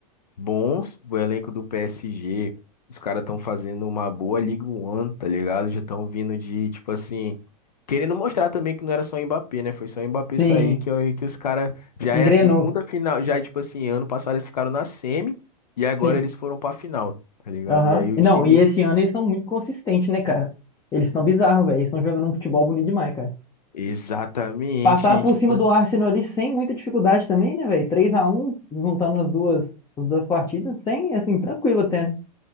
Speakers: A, on the left; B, on the left.
A: bons, o elenco do PSG, os caras estão fazendo uma boa Liga One, tá ligado? Já estão vindo de tipo assim, querendo mostrar também que não era só o Mbappé, né? Foi só o Mbappé
B: Sim.
A: sair que é- que os caras já
B: Engrenou.
A: é a segunda final, já tipo assim, ano passado eles ficaram na semi e agora
B: Sim.
A: eles foram pra final. Tá ligado?
B: Aham.
A: E aí o
B: E
A: time
B: não, e esse ano eles estão muito consistentes, né, cara? Eles estão bizarros, velho. Eles estão jogando um futebol bonito demais, cara.
A: Exatamente.
B: Passaram por
A: e, Tipo,
B: cima do Arsenal ali sem muita dificuldade também, né, velho? três a um juntando as duas, as duas partidas, sem, assim, tranquilo até, né?